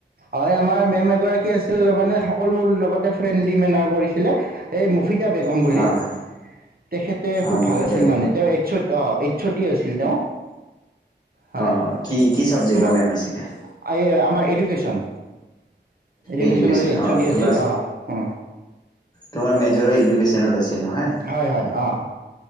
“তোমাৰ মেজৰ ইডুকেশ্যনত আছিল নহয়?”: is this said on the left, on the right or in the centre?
Left